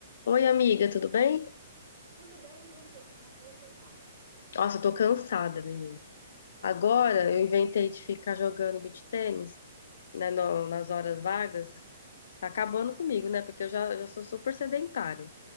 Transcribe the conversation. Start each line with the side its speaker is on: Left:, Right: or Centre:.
Left: Oi, amiga, tudo bem?
Right: Tudo bem, e você? Como é que você tá?
Left: Nossa, eu tô cansada, menina. Agora eu inventei de ficar jogando beach tênis, né, no- nas horas vagas. Tá acabando comigo, né? Porque eu já, já sou super sedentária.